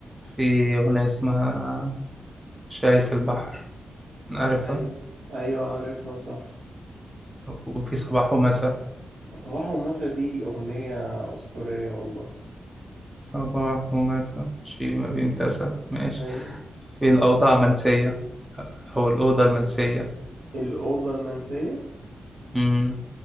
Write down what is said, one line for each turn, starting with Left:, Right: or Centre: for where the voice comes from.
Centre: في أغنية اسمها شايف البحر عارفها
Right: ايوه ايوه عارفها صح
Centre: وفي صباح ومساء
Right: صباح ومساء دي اغنية اسطورية والله
Centre: صباح ومساء شيء ما بينتسى ماشي
Right: ايوه
Centre: في الأوضاع منسية أو الأوضة المنسية
Right: الاوضة المنسية
Centre: امم